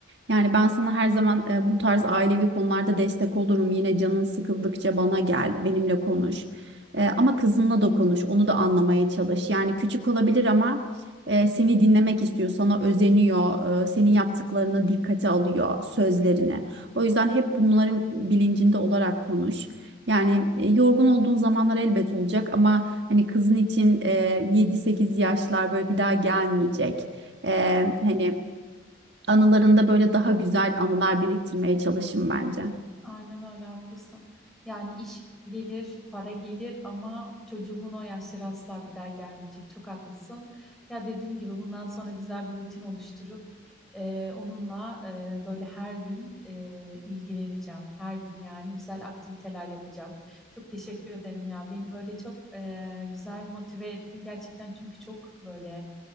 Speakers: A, on the right; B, in the centre.
A: Yani ben sana her zaman e, bu tarz ailevi konularda destek olurum. Yine canın sıkıldıkça bana gel, benimle konuş. E, ama kızınla da konuş, onu da anlamaya çalış. Yani küçük olabilir ama e, seni dinlemek istiyor, sana özeniyor, e, senin yaptıklarını dikkate alıyor, sözlerini. O yüzden hep bunların bilincinde olarak konuş. Yani e, yorgun olduğun zamanlar elbet olacak ama hani kızın için e, 7-8 yaşlar böyle bir daha gelmeyecek. E, hani anılarında böyle daha güzel anılar biriktirmeye çalışın bence.
B: Aynen öyle haklısın. Yani iş gelir, para gelir ama çocuğumun o yaşları asla bir daha gelmeyecek. Çok haklısın. Ya dediğim gibi bundan sonra güzel bir rutin oluşturup e, onunla e, böyle her gün e, ilgileneceğim. Her gün yani güzel aktiviteler yapacağım. Çok teşekkür ederim ya. Beni böyle çok e, güzel motive ettin gerçekten çünkü çok böyle